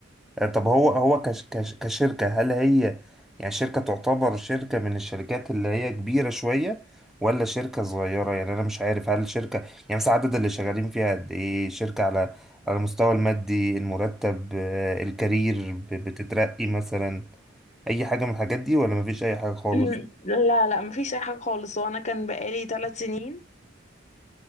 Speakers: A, in the centre; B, on the left (about 40°).
A: آه، طب هو هو كش كش كشركه هل هي يعني شركه تعتبر شركه من الشركات اللي هي كبيره شويه ولا شركه صغيره يعني انا مش عارف هل شركه يعني مثلا عدد اللي شغالين فيها قد ايه شركه على على المستوى المادي المرتب آه، الكارير ب- بتترقي مثلا اي حاجه من الحاجات دي ولا مفيش اي حاجه خالص
B: <clears throat> لا لا ما فيش اي حاجة خالص وانا كان بقالي ثلاث سنين